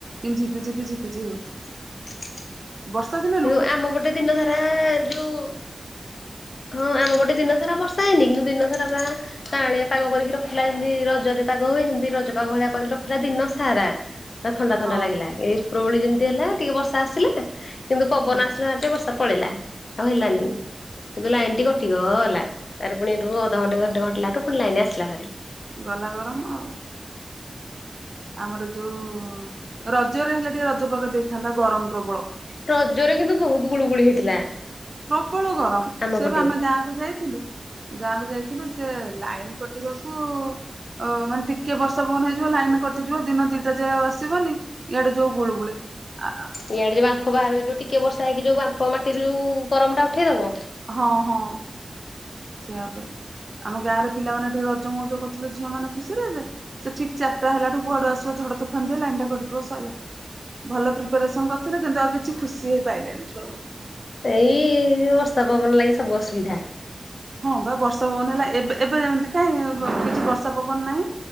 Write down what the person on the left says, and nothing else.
<inaudible>
କିନ୍ତୁ ଆମପଟେ ଦିନ ଧାରା ଯୋଉ ହଁ ଆମ ପଟେ ଦିନସାରା ବର୍ଷା ହେଇନି କିନ୍ତୁ ଦିନ ସାରା ପ୍ରା ତାଳିଆ ପାଗ କରିକି ରଖିଲା ଯେମିତି ରଜରେ ପାଗ ହୁଏ। ଏମିତି ରଜ ପାଗ ଭଳିଆ କରିକି ରଖିଲା ଦିନ ସାରା। ପା ଥଣ୍ଡା ଥଣ୍ଡା
ଲାଗିଲା ଏ ଉପରଉଳିମତି ହେଲା ଟିକେ ବଷାସିଲେ କିନ୍ତୁ ପବନ
ଆସିଲାେ ବର୍ଷା ପଳେଇିଲା ଆଉ ହେଲାନି କିନ୍ତୁ ଲାଇନ ଟି କଟିଗଲା। ତାର ପୁଣିରୁ ଅଧଣ୍ଟ ଘଣ୍ଟେ ଘଟାାରୁୁଣି ଲାଇନ ଆସିଲା ଭରି।
ରଜରେ କିନ୍ତୁ ବହୁତ ଗୁଳୁ ଗୁଳି ହେଇଥିଲା।
ଆମ
ପଟେ
ଇଆଡ଼େ ଯେଉଁମ୍ପ ବାହାରୁ ଯେଉଁ ଟିକେ ବର୍ଷା ହେ ହୋଇକି ଯେଉଁ ବାମ୍ପ ମାଟିରୁ ଯେଉ ଗରଟା ଉଠାଇଦେବ।
ଏଇ ଯୋଉ ବର୍ଷା ପବନ ଲାଗି ସବୁ ଅସୁବିଧା।